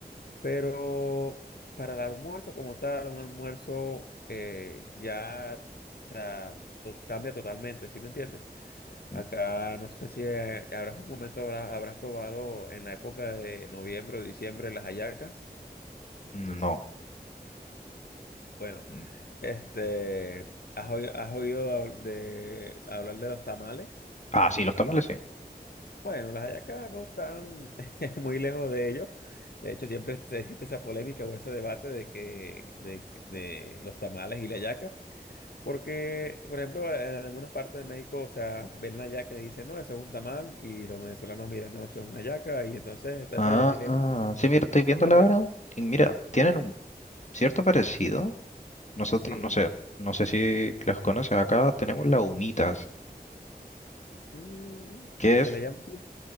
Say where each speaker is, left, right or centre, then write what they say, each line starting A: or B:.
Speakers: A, on the left; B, on the left.
A: Pero para el almuerzo como tal, un almuerzo eh, ya, o sea, to- cambia totalmente, ¿sí me entiendes? Acá
B: Mm,
A: no sé si eh, habrás un momento habrás, habrás probado en la época de noviembre o diciembre las hallacas.
B: No.
A: Bueno,
B: mm.
A: este, ¿has oído, has oído hab- de, hablar de los tamales?
B: Ah, sí, los tamales sí.
A: Bueno, las hallacas no están <laughs> muy lejos de ello. De hecho, siempre este- existe esa polémica o ese debate de que de, de los tamales y la hallaca, porque, por ejemplo, en algunas partes de México, o sea, ven la hallaca y dicen, no, eso es un tamal, y los venezolanos miran, no, eso es una hallaca, y entonces está
B: Ah,
A: ese dilema.
B: ah, sí, mira, estoy viendo
A: La
B: la
A: pre-
B: hora y mira, tienen un cierto parecido. Nosotros,
A: sí,
B: no sé, no sé si los conoces acá, tenemos las humitas,
A: Mm,
B: que
A: se
B: es,
A: le llama así